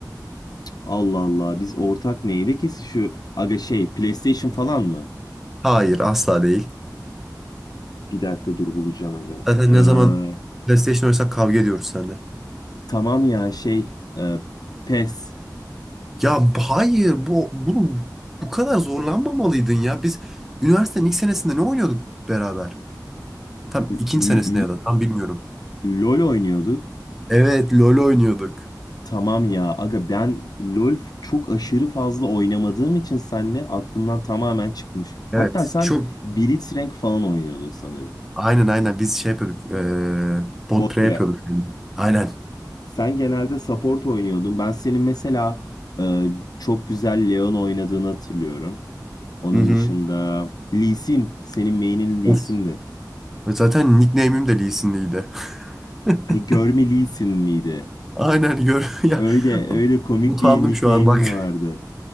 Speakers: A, on the left; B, in the centre.
A: Allah Allah biz ortak neydi ki şu aga şey PlayStation falan mı?
B: Hayır, asla değil.
A: Bir dakika dur bulacağım aga.
B: Zaten
A: Ee,
B: ne zaman PlayStation oynasak kavga ediyoruz seninle.
A: tamam ya şey e, PES.
B: Ya b- hayır bu bunu bu kadar zorlanmamalıydın ya. Biz üniversitenin ilk senesinde ne oynuyorduk beraber? Tam
A: L-
B: ikinci senesinde
A: L-
B: ya da tam bilmiyorum.
A: LoL oynuyorduk.
B: Evet LoL oynuyorduk.
A: Tamam ya aga ben LoL f- çok aşırı fazla oynamadığım için senle aklımdan tamamen çıkmış.
B: Evet
A: Hatta sen
B: çok
A: Blitzcrank falan oynuyordun sanırım.
B: aynen aynen biz şey yapıyorduk. E, bot
A: Bot
B: pre
A: bire.
B: yapıyorduk. yani. Aynen.
A: Sen genelde support oynuyordun. Ben senin mesela e, çok güzel Leon oynadığını hatırlıyorum. Onun
B: Hı hı.
A: dışında Lee Sin. Senin main'in Lee
B: Of.
A: Sin'di.
B: Zaten nickname'im de Lee Sin'liydi. <laughs>
A: Ay, Görme Lee Sin miydi?
B: Aynen gör <laughs> ya.
A: Öyle öyle komik
B: Utandım
A: bir nickname'in
B: şu an bak.
A: vardı.